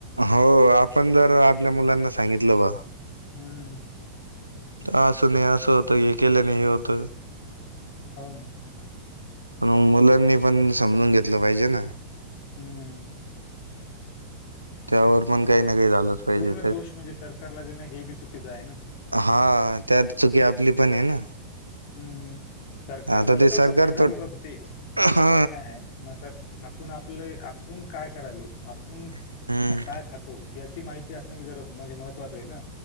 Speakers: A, on the right; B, on the left.
A: हो आपण जर आपल्या मुलांना सांगितलं बा
B: हम्म.
A: असं नाही असं होतं हे केलं नाही हे होत.
B: हो ना.
A: म्हण मुलांनी पण समजून घेतलं पाहिजे ना.
B: हम्म
A: त्यावर पण काही झालं पाहिजे
B: पूर्ण दोष म्हणजे सरकारला देणं हे बी चुकीचं आहे ना.
A: हा त्यात चुकी आपली पण आहे ना
B: हम्मम सरकार
A: आता
B: सरकारचा
A: ते सरकार
B: फायदा
A: तो
B: बी बघते त्याच
A: हा
B: काही नाही आहे म तर आपण आपले आपण काय करायलो पण
A: हम्म
B: काय खातो याची माहिती माहिती असणं जर ममहत्वाचं आहे ना